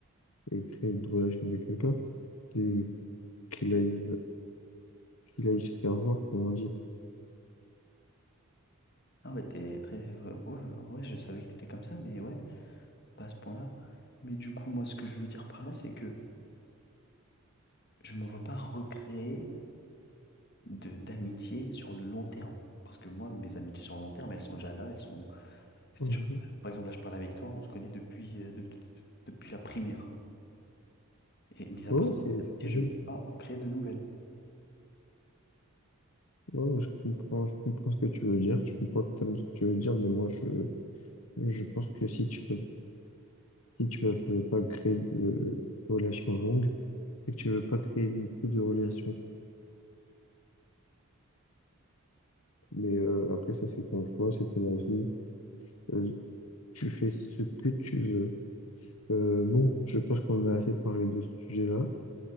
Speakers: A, on the left; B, on the left.
A: et créer de relation avec quelqu'un qui, qu'il aille qu'il aille se faire voir, comme on dit.
B: ah ouais, t'es très. Ouais, ouais, ouais, je savais que t'étais comme ça, mais ouais, pas à ce point-là. Mais du coup, moi, ce que je veux dire par là, c'est que je me vois pas recréer de d'amitié sur le long terme. Parce que moi, mes amitiés sur le long terme, elles sont déjà là, elles sont.
A: Mhm.
B: Tu vois, Par exemple, là, je parle avec toi, on se connaît depuis, euh, de- de- depuis la primaire. Et mis à
A: Ouais,
B: part
A: ouais, c'est c'est
B: ça,
A: possible.
B: je ne peux pas en créer de nouvelles.
A: Ouais, ouais, je comprends, je comprends ce que tu veux dire. Je comprends totalement ce que tu veux dire, mais moi, je, je pense que si tu peux, si tu veux veux pas créer de relations longues, c'est que tu veux pas créer non plus de relations courtes. Mais euh, après, ça, c'est ton choix, c'est ton avis. Euh, Tu fais ce que tu veux. Euh, bon, je pense qu'on a assez parlé de ce sujet-là.